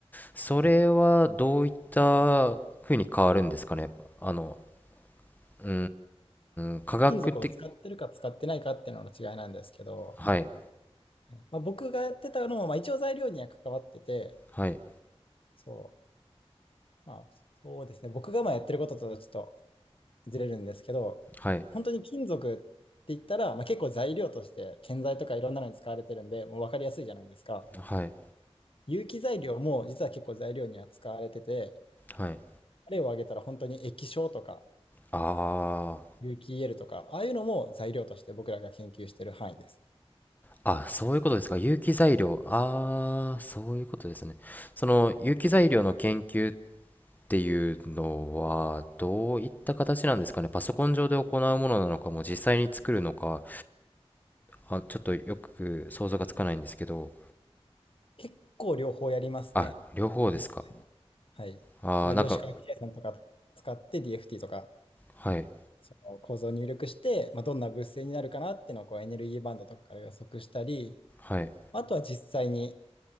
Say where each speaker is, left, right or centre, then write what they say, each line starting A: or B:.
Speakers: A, on the left (about 15°); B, on the left (about 55°).
A: それはどういった風に変わるんですかね。
B: はい、
A: あの、うーん、化学的、
B: 金属を使ってるか使ってないかっていうのの違いなんですけど、
A: はい、
B: はいまあ、僕がやってたのも、まあ、一応材料には関わってて、
A: はい、
B: そう、まあ、そうですね、僕がまあやってることとちょっとずれるんですけど、
A: はい、
B: 本当に金属って言ったら、まあ、結構材料として建材とかいろんなのに使われてるんで、もう分かりやすいじゃないですか。
A: はい、
B: 有機材料も実は結構材料には使われてて、
A: はい。
B: 例を挙げたら本当に液晶とか
A: あ
B: 有機 EL とか、ああいうのも材料として僕らが研究している範囲ですね。
A: あ、あ、そういうことですか。有機材料。ああ、そういうことですね。その有機材料の研究っていうのは、どういった形なんですかね。パソコン上で行うものなのかも、実際に作るのか。あ、ちょっとよく想像がつかないんですけど、
B: 結構両方やりますね。
A: あ、両方ですか。
B: 実際はい。
A: あー、
B: まあ、
A: なんか、
B: 量子回避計算とか使って DFT とか、
A: はい、
B: その構造を入力して、まあ、どんな物性になるかなっていうのをこうエネルギーバンドとかから予測したり、
A: はい。
B: あとは実際に